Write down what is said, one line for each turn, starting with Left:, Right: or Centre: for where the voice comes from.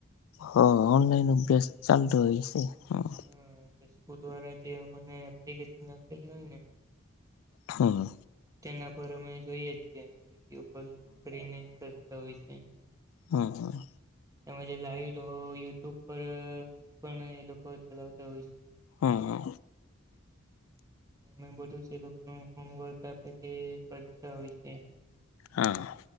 Left: હા ઓનલાઈન અભ્યાસ ચાલતો હોય છે. હમ
Right: હા એટલે સ્કૂલ વાળા જે મને એપ્લિકેશન આપેલી હોય ને
Left: હા.
Right: તેના પર અમે જોઈએ છીએ. વિડીયો કોલ કરીને કરતા હોય છે.
Left: હમ્મ હમ્મ.
Right: તેમજ લાઈવ યુટ્યુબ પર પણ એ લોકો ચલાવતા હોય
Left: હા.
Right: અમે બધું લોકો ન હોમવર્ક આપે તે કરતા હોય છે.
Left: હા.